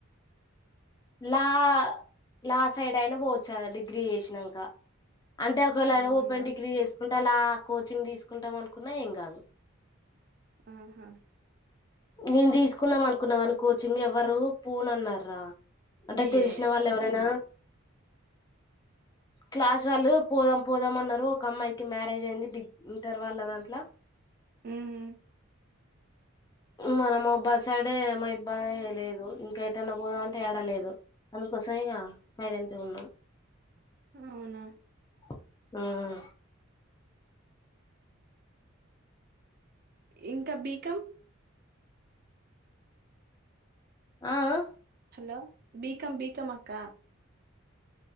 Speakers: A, on the left; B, on the right.
A: లా లా సైడ్ అయినా పోవచ్చుకదా డిగ్రీ చేసిన్నాక అంటే ఒకవేళ
B: అవునా?
A: ఓపెన్ డిగ్రీ చేసుకు అంతలా కోచింగ్ తీసుకుంటాం అనుకున్నా ఏం కాదు
B: ఆహా
A: నేను తీసుకుందాం అనుకున్నా కాని కోచింగ్ ఎవ్వరు పోను అన్నారురా అంటే
B: బీఏ.
A: తెలిసిన వాళ్ళు ఎవరైనా క్లాస్ వాళ్ళు పోదాం పోదాం అన్నారు ఒక అమ్మాయికి మ్యారేజ్ అయింది డి ఇంటర్ వాళ్ళ దాంట్ల
B: హు హు
A: మన మొహాబాద్ సైడే మా మయిబ్బాయి లేదు ఇంకా ఎటైనా పోదామ అంటే ఏడ లేదు అందుకోసాంగా సైలెంట్ ఉన్నా
B: అవునా
A: ఉమ్
B: ఇంకా బీకాం
A: ఆ ఆ
B: హలో బీకమ్ బీకమ్ అక్క